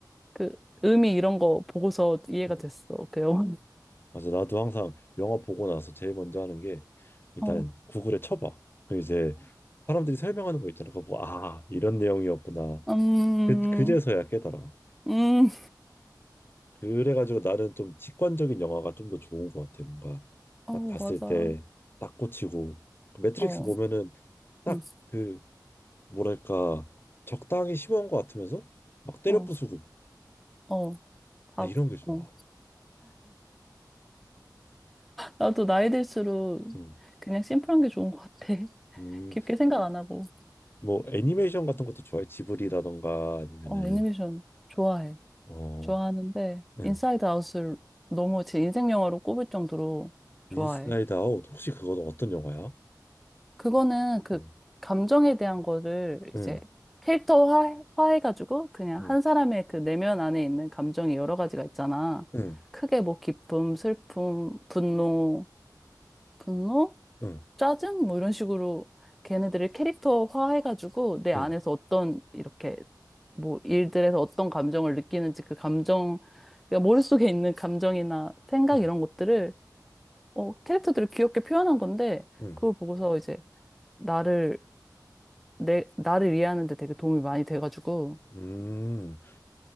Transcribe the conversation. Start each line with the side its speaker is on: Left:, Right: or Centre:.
Centre: 그 의미 이런 거 보고서 이해가
Left: 음.
Centre: 됐어, 그 영화.
Left: 맞아 나도 항상 영화 보고 나서 제일 먼저 하는 게 일단
Centre: 어,
Left: 구글에 쳐봐. 그럼 이제 사람들이 설명하는 거 있잖아. 그거 보고 아 이런 내용이었구나.
Centre: 음,
Left: 그 그제서야 깨달아.
Centre: 음,
Left: 그래가지고 나는 좀 직관적인 영화가 좀 더 좋은 것 같아. 뭔가
Centre: 어,
Left: 딱 봤을
Centre: 맞아.
Left: 때 딱 꽂히고 그 매트릭스
Centre: 어,
Left: 보면은 딱그
Centre: 응,
Left: 뭐랄까 적당히 심오한 것 같으면서 막 때려
Centre: 어,
Left: 부수고
Centre: 어, 답.
Left: 나 이런 게 좋아.
Centre: 어. 나도 나이 들수록
Left: 음,
Centre: 그냥 심플한 게 좋은 것 같아. <laughs>
Left: 음,
Centre: 깊게 생각 안 하고.
Left: 뭐 애니메이션 같은 것도 좋아해. 지브리라던가 아니면은
Centre: 어, 애니메이션 좋아해.
Left: 어,
Centre: 좋아하는데
Left: 응,
Centre: 인사이드 아웃을 너무 제 인생 영화로 꼽을 정도로 좋아해.
Left: 인사이드 아웃 혹시 그거 어떤 영화야?
Centre: 그거는 그
Left: 응,
Centre: 감정에 대한 거를
Left: 응,
Centre: 이제 캐릭터화 해가지고 그냥
Left: 응,
Centre: 한 사람의 그 내면 안에 있는 감정이 여러 가지가 있잖아.
Left: 응,
Centre: 크게 뭐 기쁨, 슬픔, 분노, 분노,
Left: 응,
Centre: 짜증 뭐 이런 식으로 걔네들을 캐릭터화 해가지고 내 안에서
Left: 응,
Centre: 어떤 이렇게 뭐 일들에서 어떤 감정을 느끼는지 그 감정, 그러니까 머릿속에 있는 감정이나 생각
Left: 응,
Centre: 이런 것들을 어, 캐릭터들을 귀엽게 표현한 건데
Left: 응.
Centre: 그걸 보고서 이제 나를 내, 나를 이해하는 데 되게 도움이 많이 돼가지고.
Left: 음,